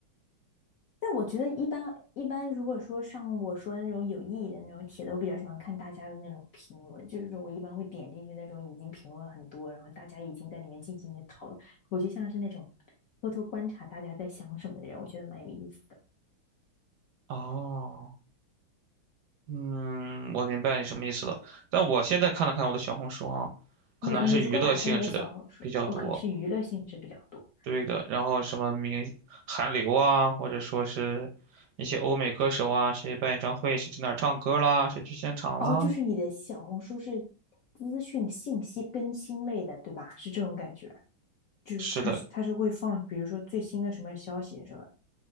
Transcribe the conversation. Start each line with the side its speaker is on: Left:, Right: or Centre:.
Left: 但我觉得一般一般，如果说像我说的那种有意义的那种帖子，我比较喜欢看大家的那种评论，就是说我一般会点进去那种已经评论很多，然后大家已经在里面进行一些讨论。我就像是那种偷偷观察大家在想什么的人，我觉得蛮有意思的。
Right: 哦，嗯，我明白你什么意思了，但我现在看了看我的小红书啊，可能还是娱乐性质的比较多。
Left: 你你如果打开你的小红书，OK，是娱乐性质比较多。
Right: 对的，然后什么明韩流啊，或者说是一些欧美歌手啊，谁办演唱会，谁在哪儿唱歌啦，谁去现场啦。
Left: 哦，就是你的小红书是资讯信息更新类的，对吧？是这种感觉，就是它是它是会放，
Right: 是的，
Left: 比如说最新的什么消息什么。